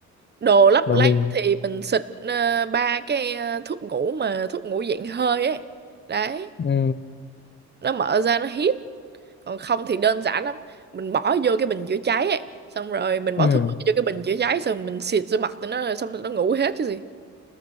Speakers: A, on the right; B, on the left.
A: đồ lấp
B: và
A: lánh
B: mình
A: thì mình xịt ờ, ba cái ờ, thuốc ngủ mà thuốc ngủ dạng hơi ấy đấy
B: ừ,
A: nó mở ra nó hít còn không thì đơn giản lắm mình bỏ vô cái bình chữa cháy ấy xong rồi mình bỏ
B: ừ.
A: thuốc mê vô cái bình chữa cháy xong mình xịt vô mặt tụi nó rồi xong tụi nó ngủ hết chứ gì